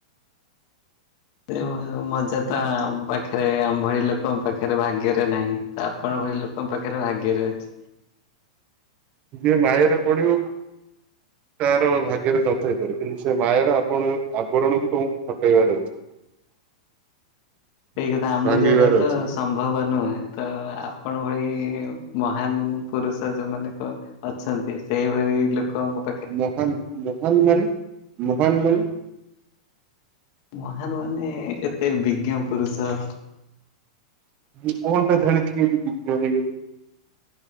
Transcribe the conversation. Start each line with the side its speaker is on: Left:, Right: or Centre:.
Left: ସେ ଏ ମଜା ଟା ଆମ ପାଖରେ ଆମଭଳି ଲୋକ ପାଖରେ ଭାଗ୍ୟରେ ନାହିଁ‌। ତ ଆପଣଙ୍କ ଭଳି ଲୋକଙ୍କ ପାଖରେ ଭାଗ୍ୟରେ ଅଛି।
Right: ଯିଏ ମାୟାରେ ପଡିବ। ତାର ଭାଗ୍ୟରେ ନଥାଇ ପାରେ କିନ୍ତୁ ସେ ମାୟାର ଆପଣ ଆବରଣକୁ ତମକୁ ହଟେଇବାର ଅଛି। <inaudible>
Left: ଏଇ କଥା ଆମ
Right: ଭାଙ୍ଗିବାର
Left: ଦାରା ତ
Right: ଅଛି
Left: ସମ ଭବ ନୁହେଁ ତ ଆପଣଙ୍କ ଭଳି ମହାନ ପୁରୁଷ ଯୋଉମାନେଙ୍କ। ଅଛନ୍ତି ସେଇଭଳି ଲୋକଙ୍କୁ।
Right: ମହାନ ମହାନ ମାନେ ମହାନ ମାନେ।
Left: ମହାନ ମାନେ ଏତେ ବିଜ୍ଞ ପୁରୁଷ।
Right: ମୁଁ କଣ ଟା ଜାଣିଛି କି ଏମିତି ବିଜ୍ଞ ହେଇଗଲି।